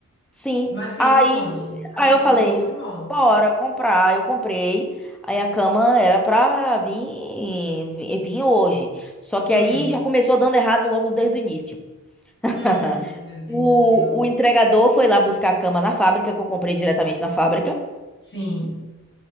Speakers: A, in the centre; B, on the left.
A: Sim.
B: Mas sim,
A: Aí,
B: me conte. Aí
A: aí
B: você
A: eu
B: comprou
A: falei,
B: de molas.
A: bora comprar. Aí Eu comprei. Aí a cama era pra vir, vi- vir hoje. Só que
B: Hum,
A: aí já começou dando errado logo desde o início. <laughs>
B: hum, meu Deus
A: O,
B: do céu.
A: o entregador foi lá buscar a cama na fábrica, que eu comprei diretamente na fábrica.
B: Sim.